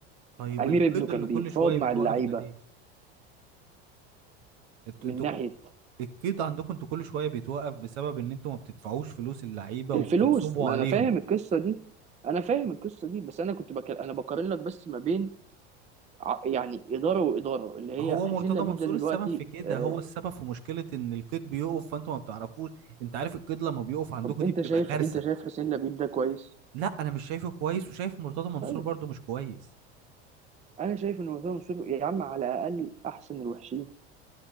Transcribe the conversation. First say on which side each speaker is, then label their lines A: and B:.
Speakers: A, on the right; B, on the right.
A: طيب
B: أمير
A: القيد
B: ابنه كان
A: اللي كل
B: بيتفاوض
A: شوية
B: مع
A: بتوقف
B: اللعيبة
A: ده ليه انتوا
B: من
A: انتوا
B: ناحية
A: القيد عندكم انتوا كل شويه بيتوقف بسبب ان انتوا ما بتدفعوش فلوس اللعيبه
B: الفلوس
A: وبتنصبوا
B: ما
A: عليهم
B: أنا فاهم القصة دي أنا فاهم القصة دي بس أنا كنت بك... أنا بقارن لك بس ما بين ع- يعني إدارة وإدارة اللي هي
A: هو
B: حسين
A: مرتضى
B: لبيب
A: منصور
B: ده دلوقتي
A: السبب في كده
B: آه...
A: هو السبب في مشكله ان القيد بيقف فانتوا ما بتعرفوش انت عارف القيد لما بيقف عندكم
B: طب
A: دي
B: أنت
A: بتبقى
B: شايف
A: كارثه
B: أنت شايف حسين لبيب ده كويس
A: لا انا مش شايفه كويس وشايف مرتضى منصور
B: طيب
A: برضو مش كويس
B: أنا شايف إن أسامة منصور يا عم على الأقل أحسن الوحشين